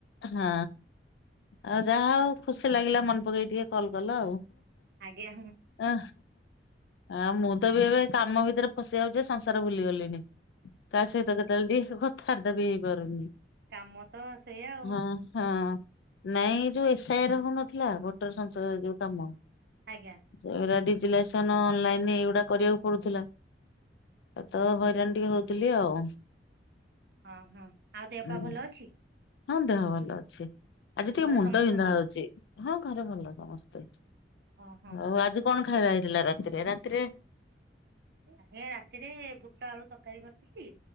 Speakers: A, on the left (about 65°); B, on the right (about 60°).
A: ହଁ ଆଉ ଯାହା ହଉ ଖୁସି ଲାଗିଲା ମନେ ପକେଇକ ଟିକେ କଲ୍ କଲ ଆଉ।
B: ଆଜ୍ଞା।
A: ଅ ଆ ମୁଁ ତ ବି ଏବେ କାମ ଭିତରେ ଫସି ଯାଉଛି ସଂସାର ଭୁଲି ଗଲିଣି। ତା ସହିତ କେତେବେଳେ ଟିକେ କଥାବାର୍ତ୍ତା ବି ହେଇପାରୁନି।
B: କାମ। ତ ସେଇଆ। ଆଉ।
A: ହଁ ହଁ ନାଇଁ ଯୋଉ ଏସ୍ଆଇ ଆର ହଉନଥିଲା ଭୋଟର ସଂସଦ ଯୋଉ କାମ
B: ଆଜ୍ଞା
A: ସେ ଡିଜିଲେସନ ଅନାଇନ ଏଇଗୁଡା କରିବାକୁ ପଡୁଥିଲା। ଏ ତ ହଇରାଣ ଟିକେ ହଉଥିଲି ଆଉ।
B: ହଁ ହଁ। ଆଉ ଦେହ
A: ହୁଁ
B: ପା ଭଲ ଅଛି
A: ହଁ ଦେହ ଭଲ ଅଛି। ଆଜି ଟିକେ
B: ଘରେ
A: ମୁଣ୍ଡ
B: ସମସ୍ତଙ୍କର
A: ବିନ୍ଧା ହଉଛି ହଁ ଘରେ ଭଲ ସମସ୍ତେ।
B: ହଁ ହଁ।
A: ଆଉ ଆଜି କଣ ଖାଇବା ହେଇଥିଲା ରାତିରେ ରାତିରେ।
B: ଆଜ୍ଞା ରାତିରେ ବୁଟ ଆଳୁ ତରକାରୀ କରିଥିଲି।